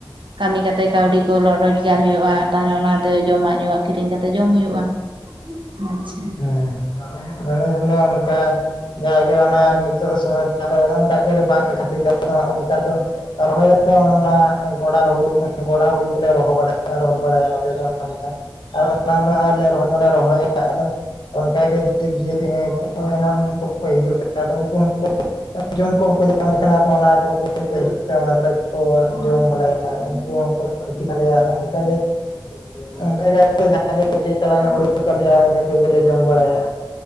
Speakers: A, on the right (about 80°); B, on the left (about 65°).
A: ᱠᱟᱹᱢᱤ ᱠᱟᱛᱮᱫ ᱠᱟᱹᱣᱰᱤ ᱠᱚ <unintelligible> ᱨᱚᱡᱽᱜᱟᱨ ᱦᱩᱭᱩᱜᱼᱟ᱾ ᱛᱟᱦᱚᱞᱮ ᱚᱱᱟᱛᱮ ᱡᱚᱢᱟᱜ ᱧᱩᱣᱟᱜ ᱠᱤᱨᱤᱧ ᱠᱟᱛᱮ ᱡᱚᱢ ᱦᱩᱭᱩᱜᱼᱟ᱾ <unintelligible> ᱟᱪᱷᱟ᱾
B: ᱦᱩᱸ᱾ ᱮᱱᱮ ᱦᱤᱞᱚᱜ ᱚᱱᱠᱟ ᱡᱟ ᱜᱮ ᱚᱱᱟ ᱱᱤᱛᱚᱜ ᱥᱚᱢᱚᱭ ᱫᱟᱜ ᱡᱟᱹᱲᱤ ᱵᱟᱝ ᱠᱷᱟᱹᱛᱤᱨ ᱚᱱᱠᱟ ᱫᱚ ᱨᱚᱦᱚᱭ ᱦᱚᱛᱚ ᱚᱱᱮ ᱚᱱᱟ ᱜᱚᱰᱟ ᱦᱩᱲᱩ <unintelligible> <unintelligible> ᱜᱮᱞᱮ ᱨᱚᱦᱚᱭ ᱵᱟᱲᱟᱭᱟ <unintelligible> <unintelligible> ᱱᱚᱛᱮ ᱫᱚ ᱚᱱᱠᱟ ᱟᱨ ᱚᱱᱟ ᱫᱚ ᱦᱟᱸᱜ ᱞᱮ ᱨᱚᱦᱚᱭ ᱢᱟᱞᱮ ᱨᱚᱦᱚᱭᱟ ᱟᱫᱚ ᱚᱱᱠᱟᱜᱮ ᱡᱤᱵᱽᱡᱤᱭᱟᱹᱞᱤ ᱮᱢᱟᱱ ᱠᱚᱠᱚ ᱦᱤᱡᱩᱜ ᱛᱮ ᱟᱫᱚ ᱩᱱᱠᱩ ᱦᱚᱠᱚ ᱡᱚᱢ ᱠᱚᱠᱚ ᱧᱟᱢ ᱞᱮᱠᱷᱟᱱ ᱟᱫᱚ ᱚᱱᱟ ᱠᱚᱜᱮ ᱚᱱᱟ ᱠᱚᱨᱮ ᱠᱚ ᱡᱚᱢ ᱵᱟᱲᱟᱭᱟ᱾ ᱩᱱᱠᱩ ᱦᱚᱸᱠᱚ ᱵᱷᱟᱹᱲᱛᱤ ᱛᱟᱞᱮᱭᱟ ᱟᱫᱚ ᱚᱱᱠᱟᱜᱮ ᱚᱱᱠᱟ ᱜᱮ ᱟᱞᱮ ᱫᱚ ᱡᱟᱷᱟ ᱜᱮ ᱠᱟᱹᱴᱤᱡ ᱪᱟᱞᱟᱝ ᱦᱩᱭᱩᱜ ᱛᱟᱞᱮᱭᱟ ᱤᱱᱟᱹ ᱠᱚᱜᱮᱞᱮ ᱡᱚᱢ ᱵᱟᱲᱟᱭᱟ᱾